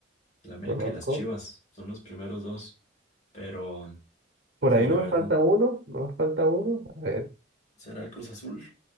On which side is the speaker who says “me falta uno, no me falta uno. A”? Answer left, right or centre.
Right